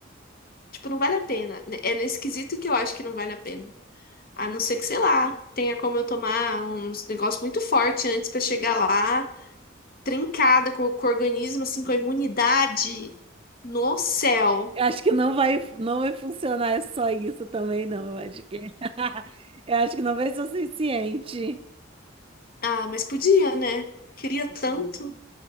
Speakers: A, on the left (about 50°); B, on the right (about 30°).
A: Tipo, não vale a pena. É nesse quesito que eu acho que não vale a pena. A não ser que, sei lá, tenha como eu tomar uns negócios muito forte antes pra chegar lá, trincada com, com o organismo, assim, com a imunidade no céu.
B: Eu Acho que não vai, não vai funcionar só isso também, não. Eu acho que, <laughs> eu acho que não vai ser o suficiente.
A: Ah, mas podia, né? Queria
B: Entendi.
A: tanto.